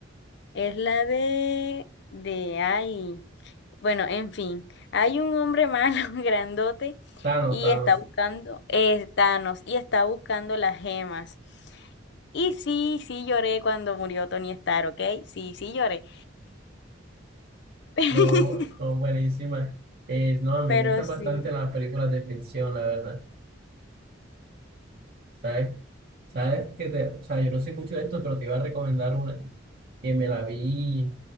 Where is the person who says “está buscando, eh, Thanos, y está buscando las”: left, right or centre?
Left